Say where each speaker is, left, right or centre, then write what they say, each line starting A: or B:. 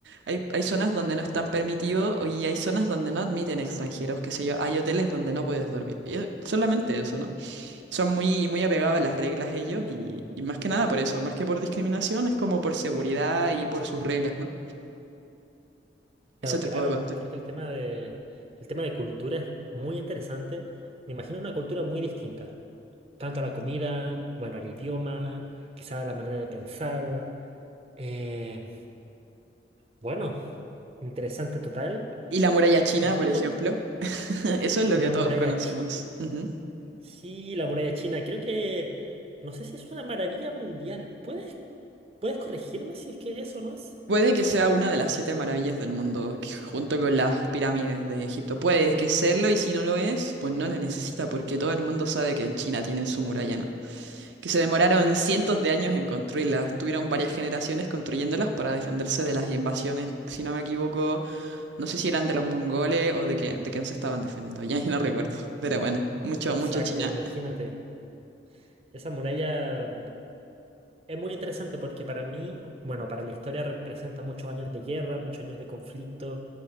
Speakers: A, on the right (about 85°); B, on the right (about 35°).
A: Hay, hay zonas donde no están permitidos y hay zonas donde no admiten extranjeros, qué sé yo, hay hoteles donde no puedes dormir. Y es solamente eso, ¿no? Son muy, muy apegados a las reglas ellos y, y más que nada por eso, más que por discriminación, es como por seguridad y por sus reglas, ¿no?
B: Claro,
A: Eso
B: claro,
A: te puedo contar.
B: creo que el tema de, el tema de cultura es muy interesante. Me imagino una cultura muy distinta. Tanto la comida, bueno, el idioma, quizás la manera de pensar. Eh, bueno, interesante total.
A: Y la muralla china,
B: Yo
A: por
B: no
A: ejemplo,
B: con
A: <laughs> eso es lo
B: la
A: que
B: muralla
A: todos conocemos.
B: china.
A: Ujú.
B: Sí, la muralla china. Creo que, no sé si es una maravilla mundial. ¿Puedes, puedes corregirme si es que eso no es?
A: Puede que sea una de las siete maravillas del mundo, que junto con las pirámides de Egipto. Puede que serlo y si no lo es, pues no la necesita porque todo el mundo sabe que en China tienen su muralla, ¿no? Que se demoraron cientos de años en construirlas, tuvieron varias generaciones construyéndolas para defenderse de las invasiones, si no me equivoco No sé si eran de los mongoles o de, que, de quién se estaban defendiendo. Ya <laughs> ni no recuerdo. Pero bueno, mucho,
B: Exacto,
A: mucho China,
B: imagínate. Esa muralla Es muy interesante porque para mí, o- bueno, para la historia representa muchos años de guerra, muchos años de conflicto,